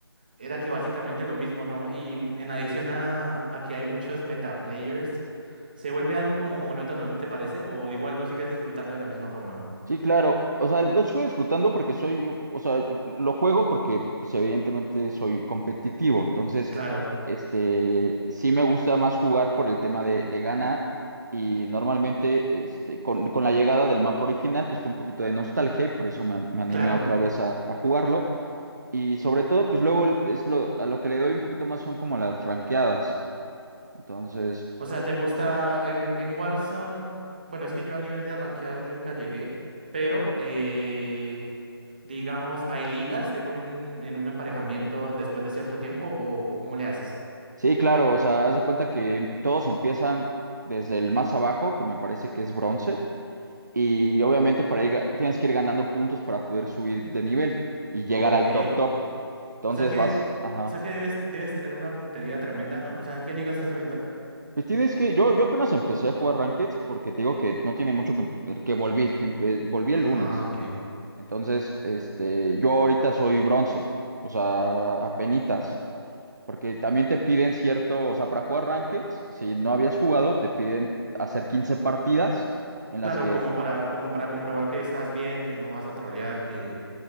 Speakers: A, on the right; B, on the right.
A: era que básicamente lo mismo, ¿no? Y m- en adición a, a que hay muchos meta players, se vuelve algo como monótono, ¿no te parece? O igual lo sigues disfrutando de la misma forma.
B: Sí, claro. O sea, lo sigo disfrutando porque soy, u- o sea, lo juego porque, pues, evidentemente soy competitivo. Entonces,
A: Claro,
B: este, sí me gusta más jugar por el tema de, de ganar. Y normalmente, este, con, con la llegada del mapa original, pues fue un poquito de nostalgia y por eso me, me animé
A: claro.
B: otra vez a, a jugarlo. Y sobre todo, pues luego es lo, a lo que le doy un poquito más son como las ranqueadas. Entonces.
A: O sea, ¿te gusta en, en Warzone? Bueno, es que yo a nivel de rankear nunca llegué, pero... Eh... Digamos, ¿hay ligas? ¿Te ponen en un emparejamiento después de cierto tiempo o, o cómo le haces?
B: Sí, claro, o sea, haz de cuenta que todos empiezan desde el más abajo, que me parece que es bronce, y obviamente para ir, ga- tienes que ir ganando puntos para poder subir de nivel y llegar
A: Ok.
B: al top top. Entonces
A: O sea que,
B: vas, ajá.
A: o sea que debes, debes tener una puntería tremenda, ¿no? O sea, ¿en qué liga estás ahorita?
B: Pues tienes que, yo, yo apenas empecé a jugar Rankeds porque te digo que no tiene mucho que, empe- que volví, empe- volví el
A: Ah,
B: lunes.
A: ok.
B: Entonces, este, yo ahorita soy bronce, o sea, apenitas. Porque también te piden cierto, o sea, para jugar Rankeds, si no habías jugado, te piden hacer 15 partidas en
A: Claro,
B: las que,
A: como para, como para comprobar que estás bien, que no vas a trolear, que...